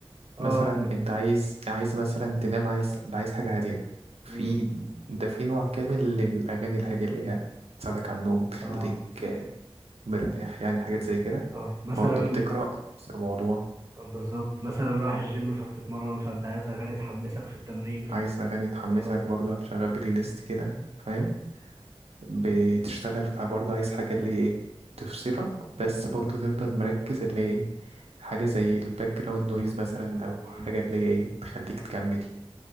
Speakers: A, on the right; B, on the right.
A: اه
B: مثلا
A: بالظبط
B: انت عايز عايز مثلا تنام عايز ده عايز حاجه هاديه في
A: امم
B: ده في نوع كامل للاغاني الهاديه اللي هي تساعدك على النوم تخليك
A: اه
B: آه، مرتاح يعني حاجات زي كده
A: اه مثلا
B: برضه بتقرا نفس الموضوع
A: بالظبط مثلا رايح الجيم فبتتمرن فانت عايز اغاني تحمسك في التمرين ف
B: عايز اغاني تحمسك
A: اه
B: برضه هتشغل بلاي ليست كده فاهم بتشتغل فبرضه عايز حاجة اللي هي ايه تفصلك بس برضه تفضل مركز اللي هي ايه حاجة زي الباك جراوند نويز مثلا أو
A: اه
B: حاجة اللي هي ايه تخليك تكمل